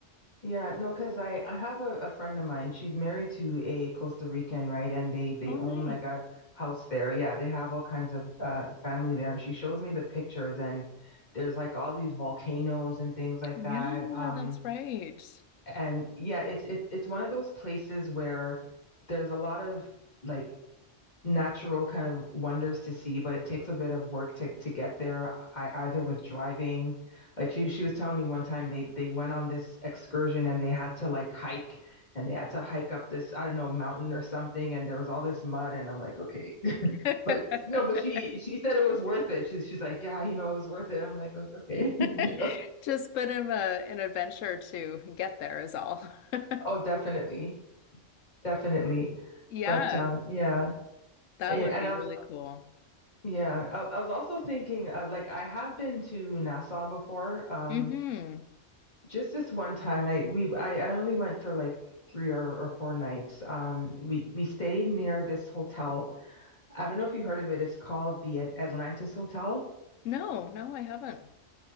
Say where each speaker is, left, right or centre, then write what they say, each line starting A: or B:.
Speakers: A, on the left; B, on the left.
A: Yeah, no, because I I have a, a friend of mine. She's married to a Costa Rican, right? And they they
B: Oh,
A: own
B: nice.
A: like a house there. Yeah, they have all kinds of uh family there. And she shows me the pictures, and there's like all these volcanoes and things like
B: Yeah,
A: that. Um,
B: that's right.
A: and yeah, it's it, it's one of those places where there's a lot of like natural kind of wonders to see, but it takes a bit of work to to get there. I either with driving, like she she was telling me one time they they went on this excursion and they had to like hike and they had to hike up this I don't know mountain or something and there was all this mud and I'm like okay, <laughs>
B: <laughs>
A: but no, but she she said it was worth it. She's she's like yeah, you know it was worth it. I'm like "Oh, okay, <laughs>
B: <laughs>
A: you know
B: Just bit of a, an adventure to get there is all. <laughs>
A: oh definitely definitely,
B: Yeah,
A: but um yeah.
B: that
A: Yeah,
B: would
A: and
B: be
A: I
B: really
A: was
B: cool.
A: Yeah, I, I was also thinking, uh, like I have been to Nassau before. Um,
B: hmm
A: just this one time, I we I, I only went for like three or, or four nights. Um, we we stayed near this hotel. I don't know if you heard of it. It's called the At- Atlantis Hotel.
B: No, no, I haven't.